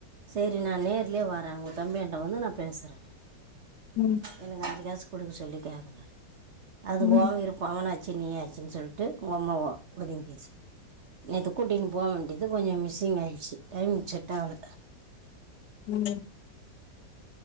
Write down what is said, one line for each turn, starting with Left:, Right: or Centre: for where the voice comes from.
Right: சரி நான் நேர்லயே வரேன் அவங்க தம்பியண்ட வந்து நான் பேசுறேன்
Left: உம்
Right: எனக்கு அஞ்சு காசு கொடுக்க சொல்லி கேக்குறேன் அது
Left: ம் ம்
Right: போவ
Left: ம்
Right: இரு பவுன வச்சு நீயே சொ சொல்லிட்டு ஒ அம்மா ஒதங்கிச்சு நேத்து கூட்டினு போக வேண்டியது அது கொஞ்சம் மிஸ்ஸிங் ஆயிடுச்சு டைம் செட்கல
Left: உம்